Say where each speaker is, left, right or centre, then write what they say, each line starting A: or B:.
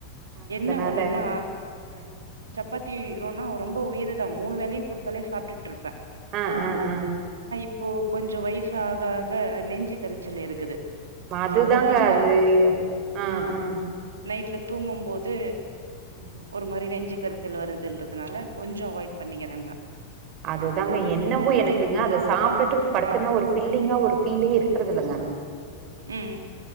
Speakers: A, on the right; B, on the right.
A: அ
B: என்ன
A: அதனால
B: ஒண்ணுன்னா
A: அ
B: சப்பாத்தி ரோனா ரொம்ப உயிருத மூணு வேலயும் குடுத்தாலே சாப்டுட்டு இருப்
A: அ அ அ
B: இப்போ கொஞ்சோ வயசு ஆக ஆக நெஞ்சு கரிச்சல் இருக்குது
A: அதுதாங்க
B: சப்பாத்தி
A: அது அ அ
B: நைட்டில தூங்கும்போது
A: ம்
B: ஒரு மாரி நெஞ்சு நெஞ்செரிச்சல் வருதுன்றதுனால கொஞ்சோ அவாய்ட் பண்ணிக்ரேங்க
A: அதுதாங்க என்னவோ எனக்குங்க அத சாப்பிட்டுட்டு படுத்தன ஒரு ஃபில்லிங்கா ஒரு ஃபீலே இருக்கறது இல்லங்க
B: ம்